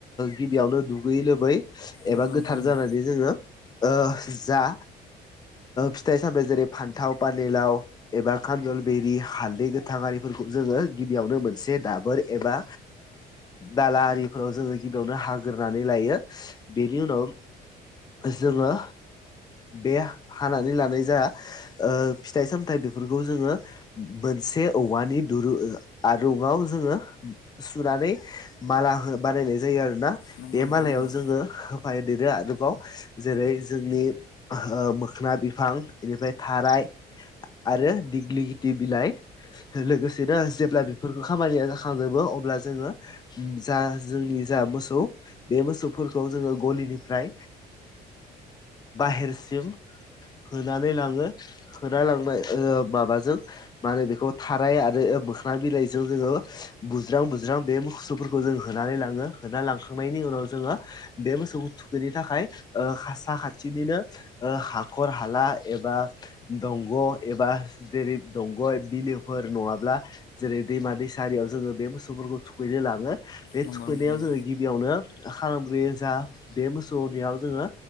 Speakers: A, on the left; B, on the left.
A: गिबियावनो दुगैयै लोबै एबा
B: नंगौ नोंथां
A: गोथार
B: नंगौ
A: जानानै जोङो ओ जा फिथाइ सामथाय जेरै फान्थाव पानेलाव एबा खान्जल बिरि हालदै गोथां आरिफोरखौ जोङो गिबियावनो मोनसे दाबोर एबा दालाफोराव जोङो गिबियावनो हाग ग्रोनानै लायो बेनि उनाव जोङो बे हानानै लानाय जा फिथाइ सामथाय बेफोरखौ जोंङो मोनसे औवानि दुरुं आरुंआव जोंङो सु नानै माला बानायनाय जायो। आरोना
B: नंगौ
A: बे
B: नंगौ नोंथां नंगौ नोंथां नंगौ नोंथां
A: मालायाव
B: नंगौ
A: जोङो होफा देरो आरोबाव जेरै जोंनि मोखोना बिफां बेनिफ्राय थाराय आरो दिग्लि गिथि बिलाइ लोगोसेनो जेब्ला बेफोरखौ खामानिया जाखांजोबो अब्ला जोङो जा जोंनि जा मोसौ बे मोसौफोरखौ जोङो गलिनिफ्राय बाहेरसिम होनानै लाङो होना लांनाय माबाजों माने बेखौ थाराय आरो मोखना बिलाइजों जोङो बुज्रां बुज्रां बे मोसौफोरखौ जों होनानै लांङो होना लांखां खांनायनि उनाव जोङो बे मोसौखौ थुखैनायनि थाखाय हासा खाथिनिनो हाख खर हाला एबा दंग' एबा जेरै दंग' बिलोफोर नङाब्ला जेरै दैमा दै सारि जोङो बे मोसौफोरखौ थुखैनो लाङो बे
B: नंगौ
A: थुखैनायाव
B: नोंथां नंगौ
A: जोंङो खालामग्रोयो जा बे मोसौनियाव जोङो